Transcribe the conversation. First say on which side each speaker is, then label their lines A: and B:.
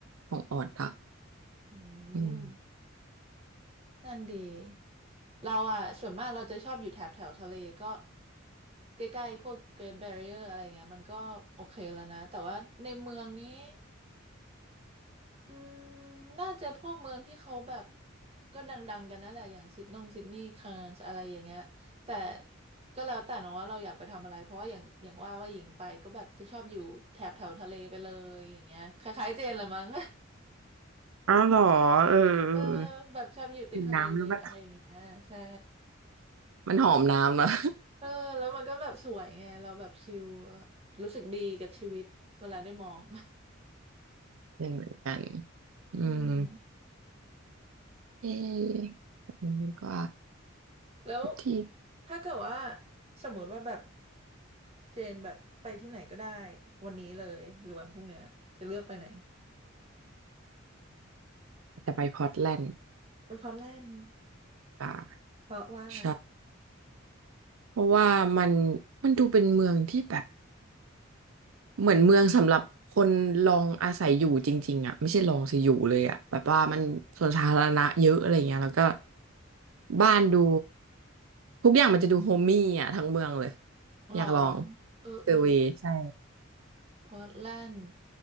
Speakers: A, on the right; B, on the right.
A: ของออดอะ
B: อื
A: อืม
B: มนั่นดีเราอ่ะส่วนมากเราจะชอบอยู่แถบแถวทะเลก็ใกล้ๆพวก Great Barrier อะไรเงี้ยมันก็โอเคแล้วนะแต่ว่าในเมืองนี้อืมน่าจะพวกเมืองที่เขาแบบก็ดังๆกันนั่นแหละอย่างซิดนงซิดนีย์คานส์อะไรอย่างเงี้ยแต่ก็แล้วแต่เนอะว่าเราอยากไปทำอะไรเพราะว่าอย่างอย่างว่าว่าหญิงไปก็แบบจะชอบอยู่แถบแถวทะเลไปเลยอย่างเงี้ยคล้ายๆเจนเลยมั้ง
A: อ้าวเหรอเออ
B: เออ
A: เออ
B: แบบชอบอยู่ติดทะเลอะไรอย่างเงี้ยใช่
A: กินน้ำแล้วมันมันหอมน้ำนะ
B: เออแล้วมันก็แบบสวยไงเราแบบชิลรู้สึกดีกับชีวิตเวลาได้มอง
A: <laughs> หนึ่งเหมือนกัน
B: <laughs>
A: อืม
B: อืม
A: เอ๊ะอันนี้ก็
B: แล้ว
A: ที่
B: ถ้าเกิดว่าสมมติว่าแบบเจนแบบไปที่ไหนก็ได้วันนี้เลยหรือวันพรุ่งเนี้ยจะเลือกไปไหน
A: จะไปพอร์ตแลนด์
B: ไปพอร์ตแลนด์
A: อ่า
B: เพราะว่า
A: ใช่เพราะว่ามันมันดูเป็นเมืองที่แบบ เหมือนเมืองสำหรับคนลองอาศัยอยู่จริงๆอ่ะไม่ใช่ลองสิอยู่เลยอ่ะแบบว่ามันสวนสาธารณะเยอะอะไรเงี้ยแล้วก็บ้านดูทุกอย่างมันจะดูโฮมมี่อ่ะทั้งเมืองเลย
B: หรอ
A: อยากลอง
B: เออเออ
A: เซอร์เวย์ใช่
B: พอร์ตแลนด์